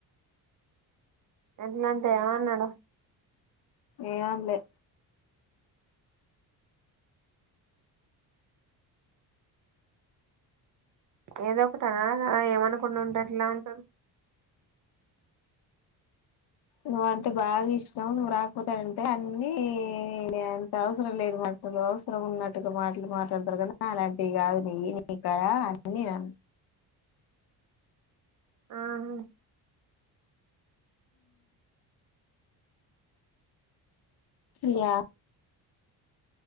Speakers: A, on the right; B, on the left.
A: ఎట్లంటే ఏమన్నాడు
B: ఏం అనలే
A: ఏదో ఒకటి అనాలగా ఏమనకుండా ఉంటే ఎట్లా ఉంటరు
B: నువ్వు అంటే బాగా ఇష్టం నువ్వు రాకపోతేనంటే అన్ని నే అంత అవసరం లేదు మాటలు అవసరం ఉన్నట్టుగా మాటలు మాట్లాడతారు, కదా అలాంటివి కాదు నియ్యి నీకాడ అని నేను.
A: ఆహ
B: ఇయా